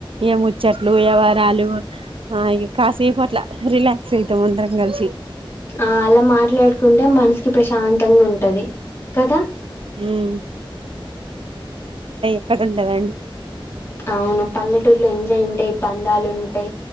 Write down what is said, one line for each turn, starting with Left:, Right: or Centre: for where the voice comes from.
Right: ఏ ముచ్చట్లు వ్యవరాలు ఆ ఇ కాసేపు అట్లా రిలాక్స్ అవుతాం అందరం కలిసి
Left: ఆ అలా మాట్లాడుకుంటే మనసుకి ప్రశాంతంగా ఉంటది కదా
Right: ఉమ్ క్కడ ఉండదండి
Left: అవును పల్లెటూర్లో ఎంజాయ్ ఉంటయి బంధాలు ఉన్ టే